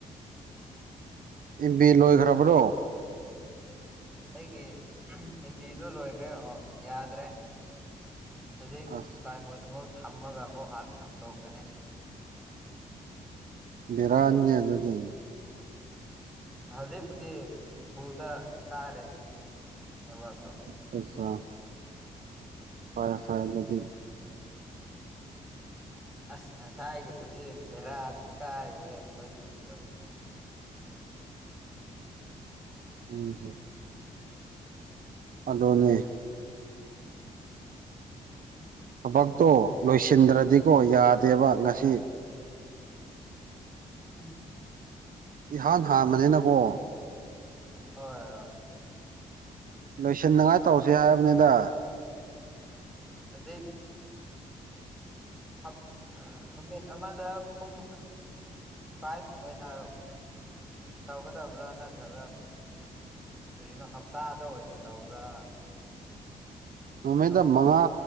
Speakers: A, on the right; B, in the centre.
A: ꯑꯦꯝ ꯃꯦ ꯂꯣꯏ ꯈꯔꯕ꯭ꯔꯣ
B: ꯑꯩꯒꯤ ꯑꯦꯝ ꯕꯤꯗꯨ ꯂꯣꯏꯈ꯭ꯔꯦ ꯑꯣ ꯌꯥꯗ꯭ꯔꯦ ꯍꯧꯖꯤꯛ
A: ꯑꯁ
B: ꯐ꯭ꯂꯥ ꯃꯨꯠ ꯑꯃꯨꯛ ꯊꯝꯃꯒ ꯑꯃꯨꯛ ꯍꯥꯡꯗꯣꯛꯄꯅꯤ
A: ꯕꯤꯔꯥꯅꯤꯅꯦ ꯑꯗꯨꯗꯤ
B: ꯍꯧꯖꯤꯛꯄꯨꯗꯤ ꯐꯨꯜꯗ ꯀꯥꯔꯦ ꯅꯦꯠꯋꯥꯛꯇꯣ
A: ꯑꯆꯥ ꯆꯥ ꯐꯔꯦ ꯐꯔꯦ ꯑꯗꯨꯗꯤ
B: ꯑꯁ ꯉꯁꯥꯏꯒꯤꯗꯨꯗꯤ ꯕꯦꯔꯥ ꯀꯥꯔꯦꯍꯦ ꯑꯩꯈꯣꯏꯅꯤꯒꯤꯗꯣ
A: ꯎꯝ ꯍꯝ ꯑꯗꯣꯅꯦ ꯊꯕꯛꯇꯣ ꯂꯣꯏꯁꯤꯟꯗ꯭ꯔꯗꯤꯀꯣ ꯌꯥꯗꯦꯕ ꯉꯁꯤ
B: ꯑꯥ ꯎꯝ
A: ꯏꯍꯥꯟ ꯍꯥꯟꯕꯅꯤꯅꯀꯣ
B: ꯍꯣꯏ ꯍꯣꯏ
A: ꯂꯣꯏꯁꯤꯟꯅꯤꯉꯥꯏ
B: ꯑꯗꯨ
A: ꯇꯧꯁꯦ ꯍꯥꯏꯕꯅꯤꯗ
B: ꯍꯧꯖꯤꯛ ꯑꯞ ꯅꯨꯃꯤꯠ ꯑꯃꯗ ꯄꯨꯡ ꯐꯥꯏꯚ ꯑꯣꯏꯅ ꯇꯧꯒꯗꯕ꯭ꯔꯥ ꯅꯠꯇ꯭ꯔꯒ ꯀꯔꯤꯅꯣ ꯍꯞꯇꯥꯗ ꯑꯣꯏꯅ ꯇꯧꯕ꯭ꯔꯥ
A: ꯅꯨꯃꯤꯠꯇ
B: ꯅꯣꯡ
A: ꯃꯉꯥ